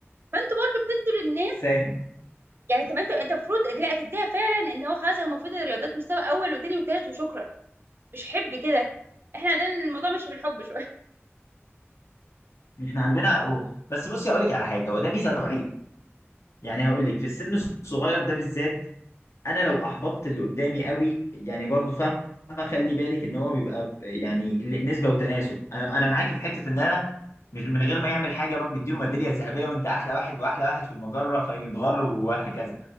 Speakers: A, on the right; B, on the left.
A: فانتوا برضو بتدوا للناس
B: فاهم
A: يعني طب انت انت المفروض لا تديها فعلا ان هو خلاص هو المفروض الرياضات مستوى اول وتاني وتالت وشكرا مش حب كده احنا عندنا الموضوع ماشي بالحب شويه
B: احنا عندنا اهو بس بصي هقول لك على حاجة هو ده ميزة وعيب يعني هقول لك في السن الصغير ده بالذات انا لو احبطت اللي قدامي قوي يعني برضو فاهم خلي بالك ان هو بيبقى ب- يعني ال- نسبة وتناسب انا انا معاكي في حتة ان انا مش من غير ما يعمل حاجة اروح مديله ميدالية ذهبية وانت احلى واحد واحلى واحد في المجرة فينضغر وهكذا